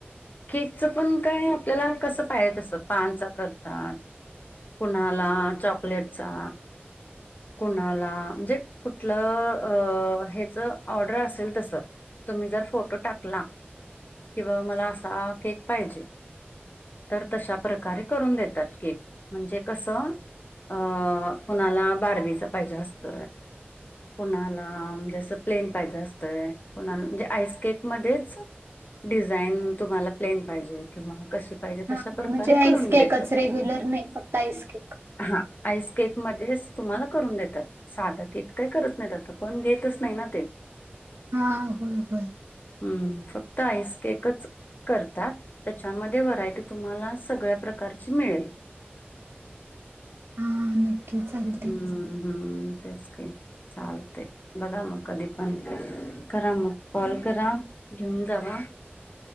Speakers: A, on the left; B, on the right.
A: केकचं पण काय आपल्याला कस पाह्या तसं पानचा करतात कुन्हाला चॉकलेटचा कुणाला म्हणजे कुठलं अ हेच ऑर्डर असेल तस तुम्ही जर फोटो टाकला किंवा मला असा केक पाहिजे तर तशा प्रकारे करून देतात केक म्हणजे कस अ कुणाला बार्बीच पाहिजे असत कुणाला म्हणजे असं प्लेन पाहिजे असतंय कुणाला म्हणजे आईस केकमध्येच डिझाईन तुम्हाला प्लेन पाहिजे किंवा कशी पाहिजे
B: हा
A: तशा
B: हा
A: प्रकारे
B: म्हणजे आईस
A: करून
B: केकच
A: देतात
B: रेग्युलर नाही फक्त आईस केक
A: हा आईस केक मध्येच तुम्हाला करून देतात साध केक काय करत नाही पण घेतच नाही ना ते
B: हा होय होय
A: ह् फक्त आईस केकच करतात त्याच्यामध्ये व्हरायटी तुम्हाला सगळ्या प्रकारचे मिळेल
B: हा नक्की चालतेच
A: हम्म हम्म तेच ते चालते बघा मग कधी करा मग कॉल करा घेऊन जावा